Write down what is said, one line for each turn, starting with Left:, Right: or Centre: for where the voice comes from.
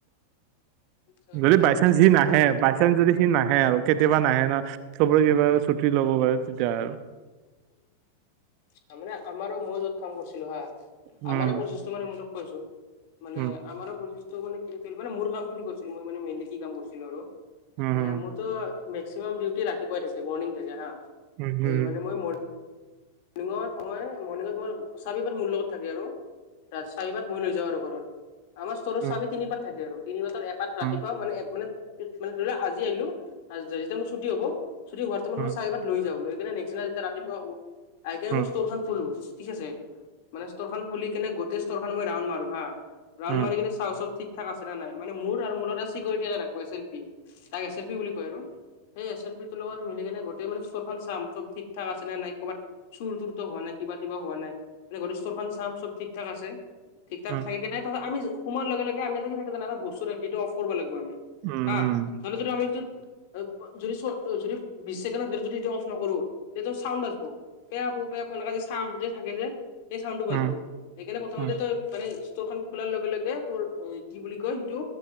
Left: আচ্ছা আচ্ছা
Right: যদি বাই
Left: বস্তুখিনি
Right: চান্স সি
Left: মই
Right: নাহে
Left: এতিয়া বুজি পাইছো
Right: বাই চান্স যদি সি নাহে আৰু কেতিয়াবা নাহে ন চবৰে কিবা ছু- ছুটি ল'ব পাৰে তেতিয়া আৰু।
Left: আ মানে আমাৰো মই যত কাম কৰিছিলো হা
Right: উম
Left: আমাৰো প্ৰচেষ্ট- সেইটো মানে সিহঁতক কৈছো মানে
Right: উম
Left: আমাৰো প্ৰচেষ্ট- ত মানে কিলো মানে মোৰ কাম খিনি কৰিছিলো মই মানে মেইনলি কি কাম কৰিছিলো আৰু
Right: উম
Left: মানে মোৰতো- মেক্সিমাম ডিউটি ৰাতিপুৱাই থাকে মৰ্নিং থাকে হা
Right: উম উম
Left: মান মই মৰ্নিং- মৰ্নিং মই মৰ্নিং মোৰ চাবিপাত মোৰ লগত থাকে আৰু। ৰা চাৰিবাৰ মই লৈ যাওঁ আৰু ঘৰত আমাৰ ষ্টৰ
Right: উম
Left: চাবি তিনিপাত থাকে আৰু তিনিপাতৰ এ- তাত ৰাতিপুৱা
Right: উম
Left: মানে মানে মানে ধৰি লোৱা আজি আহিলো যেতিয়া মোৰ ছুটি হ'ব ছুটি হোৱাৰ- টাইমত মই
Right: উম উম উম
Left: চাবিপাত লৈ যাওঁ লৈ কিনাই নেক্সট দিনা যেতিয়া ৰাতিপুৱা আহো আহি কিনাই
Right: উম
Left: মই ষ্টৰ খন খলো ঠিক আছে। মানে ষ্টৰ খন খুলি কেনে গোটেই ষ্টৰ খন মই ৰাউণ্ড মাৰো হা ৰাউণ্ড
Right: উম উম উম উম
Left: মাৰি কেনে চাওঁ চব ঠিক- থাক আছে নে নাই মানে মোৰ আৰু মোৰ লগত চিকিউৰিটি এটা থাকো আছিল এছ এল পি তাক এছ এল পি বুলি কয় আৰু। সেই এছ এল পি তো লগত মিল- সেইকাৰণে গোটেই মানে ষ্টৰ খন চাম চব ঠিক ঠাক আছে নাই ক'ৰাত চুৰ তুৰতো হোৱা নাই কিবা কিবা হোৱা নাই। এনে গোটেই ষ্টৰ খন চাম চব ঠিক ঠাক আছে ঠিক ঠাক
Right: উম উম উম উম
Left: থাকে কেনে তাৰ পিছত আমি- সোমাৰ লগে লগে আমি এটা কি থাকে জানো এটা বস্তু থাকে এইটো অফ কৰিব লাগিব আমি
Right: উম
Left: হা। আৰু যদি আমি এইটো যদি যদি বিশ ছেকেণ্ডৰ ভিতৰত যদিটো অফ নকৰো- যে ত চাউণ্ড বাজব পেয়া প পে পা যে চাউণ্ড যে থাকে যে। এই চাউণ্ডটো বাচব
Right: উম উম
Left: সেইকাৰণে প্ৰথমতে
Right: উম
Left: তোৰ মানে ষ্টৰ খন খোলাৰ লগে লগে তোৰ- কি বুলি কয় সিটো?